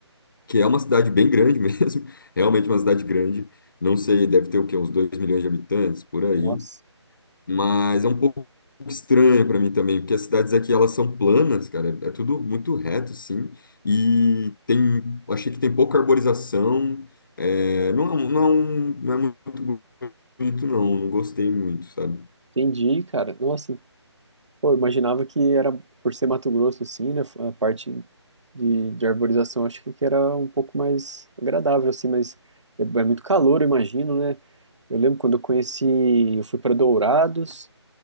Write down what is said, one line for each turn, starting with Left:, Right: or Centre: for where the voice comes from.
Left: que é uma cidade bem grande <laughs> mesmo, realmente uma cidade grande. Não sei, deve ter o quê? Uns 2 milhões de habitantes, por aí.
Right: Nossa,
Left: Mas é um pouco estranha para mim também, porque as cidades aqui elas são planas, cara, é tudo muito reto, sim, e tem, achei que tem pouca arborização, é, não, é um- não, é um- não é muito bonito, não, não gostei muito, sabe?
Right: entendi, cara. Nossa, Pô, eu imaginava que era por ser Mato Grosso, assim, né? A parte de, de arborização, acho que que era um pouco mais agradável, assim, mas é, é muito calor, eu imagino, né? Eu lembro quando eu conheci, eu fui para Dourados,